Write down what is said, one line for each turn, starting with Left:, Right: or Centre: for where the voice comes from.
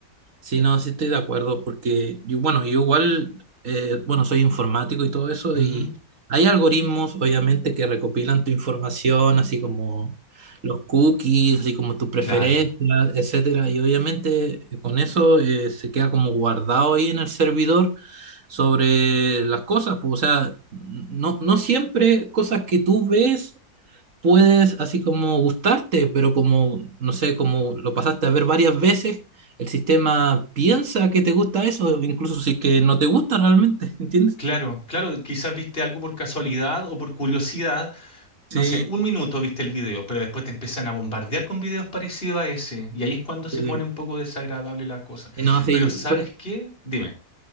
Right: Sí, no, sí estoy de acuerdo, porque yo, bueno, yo igual, eh, bueno, soy informático y todo eso,
Left: Ujú,
Right: y hay algoritmos, obviamente, que recopilan tu información, así como los cookies, así como tus preferencias,
Left: Claro,
Right: etcétera, y obviamente eh, con eso eh, se queda como guardado ahí en el servidor sobre las cosas, pues, o sea, no, no siempre cosas que tú ves puedes así como gustarte, pero como, no sé, como lo pasaste a ver varias veces, el sistema piensa que te gusta eso, incluso si es que no te gusta realmente, <laughs> ¿entiendes?
Left: claro, claro. Quizás viste algo por casualidad o por curiosidad no
Right: Sí.
Left: sé, un minuto viste el video, pero después te empiezan a bombardear con videos parecidos a ese, y ahí es cuando se
Right: Sí.
Left: pone un poco desagradable la cosa.
Right: Y no, sí,
Left: Pero ¿sabes
Right: bueno,
Left: qué? Dime.